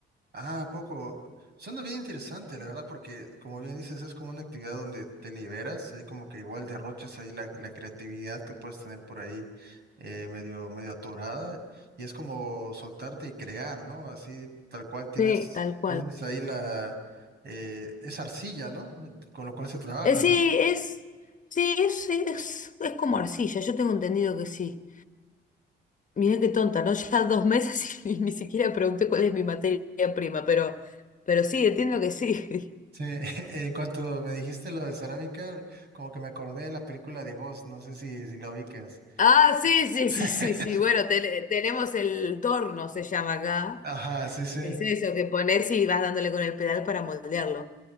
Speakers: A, on the right; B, on the left.
A: Ah, ¿a poco. Suena bien interesante, la verdad, porque como bien dices, es como una actividad donde te liberas, hay como que igual derrochas ahí la, la creatividad que puedes tener por ahí eh, medio, medio atorada, y es como soltarte y crear, ¿no? Así tal cual tienes,
B: Sí. tal cual.
A: tienes ahí la eh, esa arcilla, ¿no? Con lo cual se trabaja,
B: Eh, sí,
A: ¿no?
B: es, sí, es, es, es como arcilla, yo tengo entendido que sí. Mirá qué tonta, ¿no? Ya dos meses <laughs> y ni siquiera pregunté cuál es mi materia prima, pero, pero sí, entiendo que sí.
A: Sí, <laughs> en cuanto me dijiste lo de cerámica, como que me acordé de la película de Ghost, no sé si, si la ubicas.
B: Ah, sí, sí,
A: <laughs>
B: sí, sí, sí. Bueno, te- tenemos el torno, se llama acá.
A: Ajá, sí, sí.
B: Es eso que pones y vas dándole con el pedal para moldearlo.